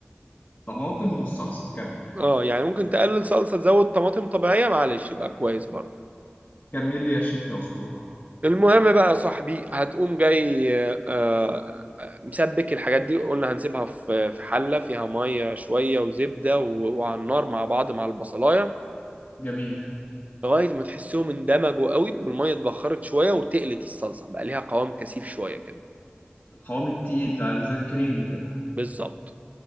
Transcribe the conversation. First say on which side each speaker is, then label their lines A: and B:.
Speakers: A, on the left (about 30°); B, on the right (about 40°).
A: الطماطم والصلصة كمل
B: اه يعني ممكن تقلل صلصه تزود طماطم طبيعيه معلش يبقى كويس برضه
A: كمل لي يا شيف يا أسطورة
B: المهم بقى يا صاحبي هتقوم جاي آه، آه، مسبك الحاجات دي قلنا هنسيبها في في حلة فيها مية شوية وزبدة و- وعلى النار مع بعض مع البصلاية
A: جميل
B: لغاية ما تحسهم اندمجوا قوي والمية اتبخرت شوية وتقلت الصلصة بقى ليها قوام كثيف شوية كده
A: القوام التقيل ده اللي زي الكريمي كده
B: بالظبط